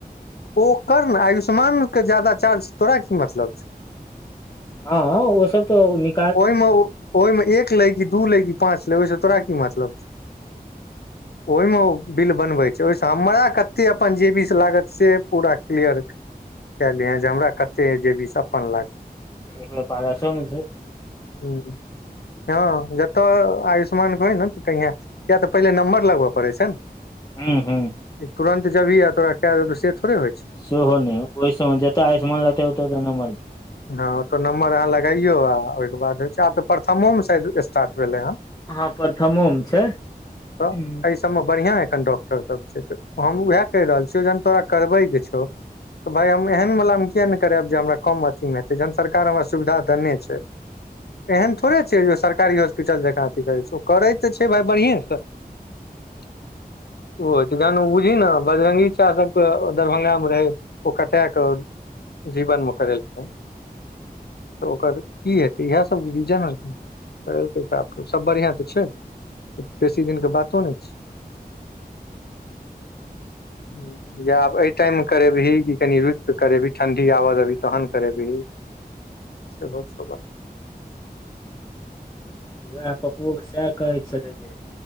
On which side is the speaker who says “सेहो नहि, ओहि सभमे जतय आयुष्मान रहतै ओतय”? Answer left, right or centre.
Left